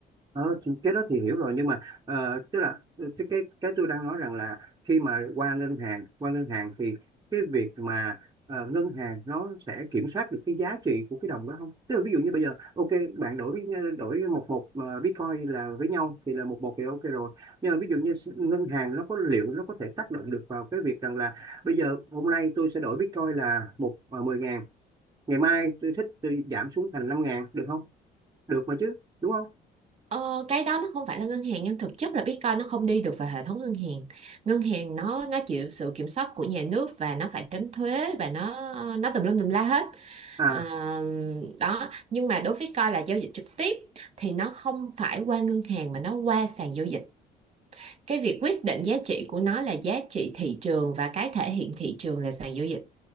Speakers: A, on the right; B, on the right.
A: Ờ, thì cái đó thì hiểu rồi nhưng mà ờ, tức là ờ, cái cái cái tôi đang nói rằng là khi mà qua ngân hàng qua ngân hàng thì cái việc mà ờ, ngân hàng nó sẽ kiểm soát được cái giá trị của cái đồng đó không? Tức là ví dụ như bây giờ ok bạn đổi với đổi một một ờ, Bitcoin là với nhau thì là một một thì ok rồi nhưng mà ví dụ như s- ngân hàng nó có liệu nó có thể tác động được vào cái việc rằng là bây giờ hôm nay tôi sẽ đổi Bitcoin là một ờ, mười ngàn ngày mai tôi thích tôi giảm xuống thành năm ngàn được không? Được mà chứ đúng không?
B: Ờ, cái đó nó không phải là ngân hàng nhưng thực chất là Bitcoin nó không đi được vào hệ thống ngân hàng. Ngân hàng nó nó chịu sự kiểm soát của nhà nước và nó phải tránh thuế và nó nó tùm lum tùm la hết.
A: À
B: Ờ, đó nhưng mà đối với Bitcoin là giao dịch trực tiếp thì nó không phải qua ngân hàng mà nó qua sàn giao dịch. Cái việc quyết định giá trị của nó là giá trị thị trường và cái thể hiện thị trường là sàn giao dịch.